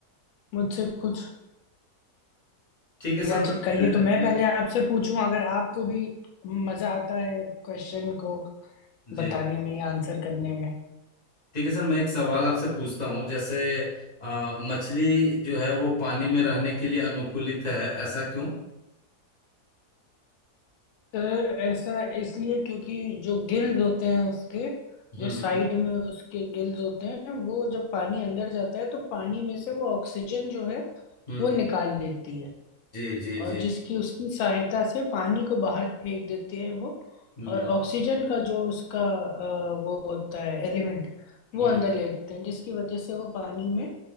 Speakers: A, on the left; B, on the left.
A: मुझसे कुछ
B: ठीक है
A: या
B: सर
A: च- कहिए
B: मैं,
A: तो मैं
B: मैं
A: पहले आपसे पूछूं अगर आपको भी मजा आता है क्वेश्चन को
B: जी
A: बताने में या आंसर करने में
B: ठीक है सर मैं एक सवाल आपसे पूछता हूँ जैसे अ, मछली जो है वो पानी में रहने के लिए अनुकूलित है ऐसा क्यों
A: सर ऐसा इसलिए क्योंकि जो गिल्स होते हैं उसके
B: हम्म
A: जो साइड
B: हम्म
A: में उसके गिल्स होते हैं वो जब पानी अंदर जाता है तो पानी में से वो ऑक्सीजन जो है
B: हम्म,
A: वो निकाल लेती है
B: जी जी
A: और
B: जी
A: जिसकी उसकी सहायता से पानी को बाहर फेंक देती है वो
B: हम्म
A: और ऑक्सीजन का जो उसका अ, वो होता है एलिमेंट वो
B: हम्म
A: अंदर लेते हैं जिसकी वजह से वो पानी में